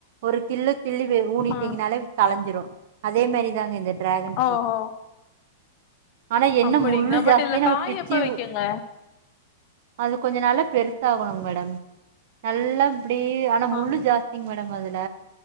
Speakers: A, on the right (about 60°); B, on the left (about 45°).
A: ஒரு கிள்ளு கிள்ளி வே ஊனிட்டீங்கனாலே
B: ஆ
A: கலஞ்சிரு அதே மாரிதாங்க இந்த டிராகன் ஃப்ரூட்
B: ஓஹோ
A: ஆனா என்ன
B: அப்படிங்களா
A: முள்ளு
B: பட்
A: ஜாஸ்தி
B: இதுல
A: நம்ம
B: காய்
A: பிச்யு
B: எப்ப வைக்குங்க
A: அது கொஞ்ச நாள்ல பெருசா ஆகணுங் மேடம் நல்லா இப்டி ஆனா முள்ளு
B: ஆஹ
A: ஜாஸ்திங் மேடம் அதுல